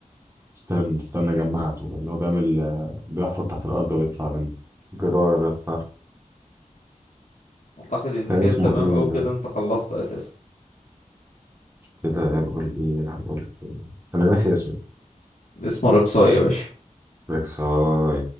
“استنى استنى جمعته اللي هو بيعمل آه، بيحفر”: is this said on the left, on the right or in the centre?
Right